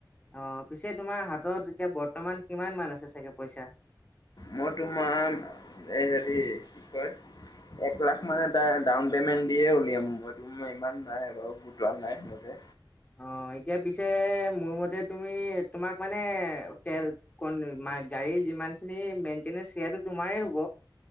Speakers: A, on the left (about 20°); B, on the left (about 60°).
A: অ, পিছে, তোমাৰ হাতত এতিয়া, বৰ্তমান, কিমান মান আছে, চাগে, পইচা?
B: মই, তোমাৰ এই, হেৰি, কি কয় এক লাখ মানে, তাৰে ডাউন পেমেণ্ট দিয়ে উলিয়াম। ইমান নাই বাৰু। <unintelligible> নাই, সেনেকে।
A: অ' এতিয়া পিছে মোৰ মতে তুমি তোমাক মানে তেল কন মা-গাড়ীৰ যিমানখিনি মেইনটেনেন্স সেয়াটো তোমাৰেই হ'ব।